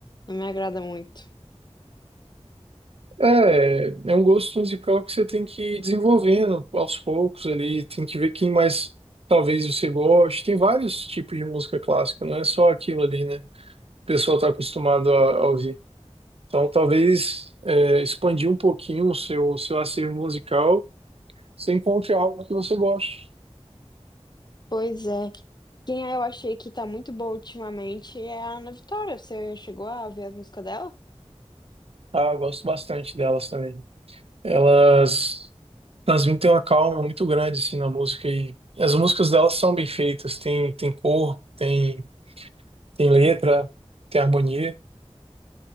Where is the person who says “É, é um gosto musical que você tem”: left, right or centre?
Right